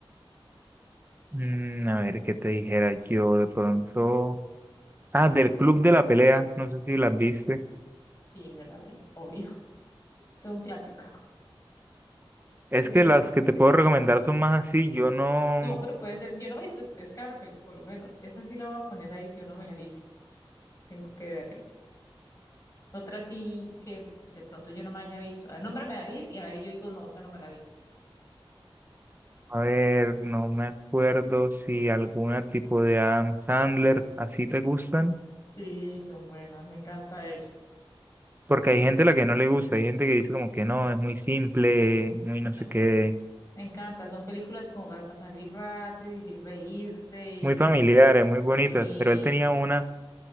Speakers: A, on the right; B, on the left.
A: Mm, a ver, ¿qué te dijera yo de pronto? Ah, del Club de la Pelea, no sé si las viste.
B: Sí, me la vi, obvio. <laughs> Es un clásico. <laughs>
A: Es
B: Es
A: que
B: un
A: las que te puedo recomendar son más así, yo no,
B: No, pero puede ser, yo no me he visto Sc- Scarface, por lo menos. Esa sí la voy a poner ahí, yo no me la he visto. Tengo que verla. Otra sí que pues, de pronto yo no me haya visto. A nombre me va a ir y a ver, yo digo, no, esa no me la vi.
A: A ver, no me acuerdo si alguna tipo de Adam Sandler así te gustan,
B: Sí, son buenas, me encanta él.
A: porque hay gente a la que no le gusta, hay gente que dice como que no, es muy simple, muy
B: Ay,
A: no
B: No,
A: sé qué,
B: me, me encanta, son películas como para pasar el rato y reírte. y-
A: muy familiares, muy
B: Sí,
A: bonitas, pero él tenía una,